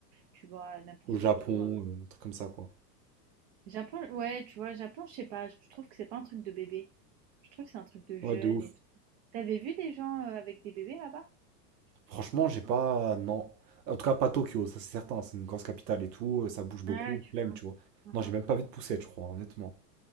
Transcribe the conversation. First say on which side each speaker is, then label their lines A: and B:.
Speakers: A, on the right; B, on the right.
A: tu vois, n'importe
B: Au Japon,
A: où. euh.
B: euh, truc comme ça, quoi.
A: Japon, ouais, tu vois, Japon, je sais pas, je je trouve que c'est pas un truc de bébé. Je trouve que c'est un truc de jeune
B: Ouais, de ouf.
A: et tout. T'avais vu des gens euh, avec des bébés là-bas?
B: Franchement, j'ai pas... Non. En tout cas, pas Tokyo, ça c'est certain. C'est une grosse capitale et tout, euh, ça bouge beaucoup.
A: Ouais, tu
B: Flemme, tu vois.
A: vois.
B: Non, j'ai même pas envie de pousser, je crois, honnêtement.